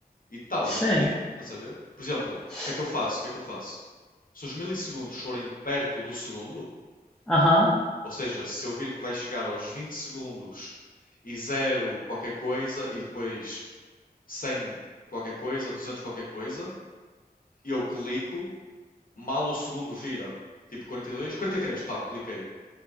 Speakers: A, on the left; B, in the centre.
A: e tal,
B: Sim.
A: e clico, estás a ver? Por exemplo,
B: S-
A: o que é que eu faço? O que é que eu faço? se os milissegundos forem perto do segundo,
B: Aham. <laughs> Uhum.
A: ou seja, se eu vir que vai chegar aos 20 segundos e zero qualquer coisa e depois 100 qualquer coisa, 200 qualquer coisa, eu clico, mal o segundo vira, tipo 42, 43, tal, cliquei.